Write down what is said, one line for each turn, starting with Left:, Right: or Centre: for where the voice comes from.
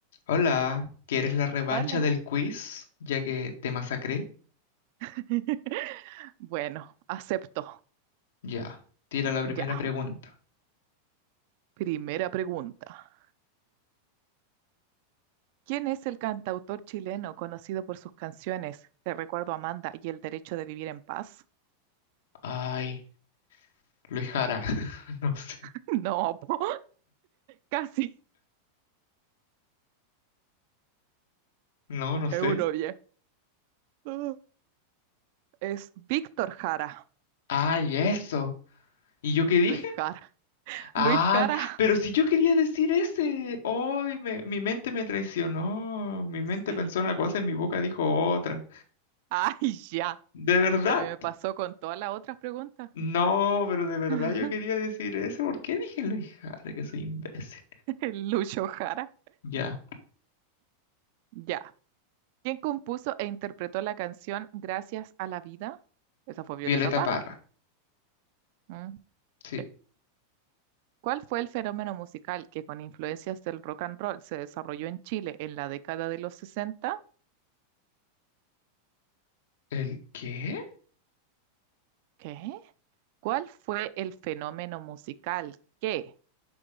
Left: Hola, ¿quieres la revancha
Right: Hola.
Left: del quiz? Ya que te masacré.
Right: <laughs> Bueno, acepto.
Left: Ya, tira la primera
Right: Ya.
Left: pregunta.
Right: Primera pregunta. ¿Quién es el cantautor chileno conocido por sus canciones Te recuerdo Amanda y El derecho de vivir en paz?
Left: Ay, Luis Jara. <laughs> No sé.
Right: <laughs> No, po, casi.
Left: No, no sé.
Right: Eurovie. Ah. <gasps> Es Víctor Jara.
Left: Ay, eso. ¿Y yo qué
Right: Luis
Left: dije?
Right: Jara.
Left: Ay,
Right: Luis Jara. <laughs>
Left: pero si yo quería decir ese. Ay, me- mi mente me traicionó. Mi mente
Right: Sí.
Left: pensó una cosa y mi boca dijo otra.
Right: Ay, ya.
Left: ¿De verdad?
Right: Se me pasó con todas las otras preguntas.
Left: No, pero de verdad
Right: <laughs>
Left: yo quería decir ese. ¿Por qué dije Luis Jara? Que soy imbécil.
Right: El Lucho Jara.
Left: Ya,
Right: Ya. ¿Quién compuso e interpretó la canción Gracias a la vida? Esa fue Violeta
Left: Violeta
Right: Parra.
Left: Parra.
Right: Mm,
Left: Sí.
Right: sí. ¿Cuál fue el fenómeno musical que con influencias del rock and roll se desarrolló en Chile en la década de los sesenta?
Left: ¿El qué?
Right: ¿Qué? ¿Cuál fue el fenómeno musical que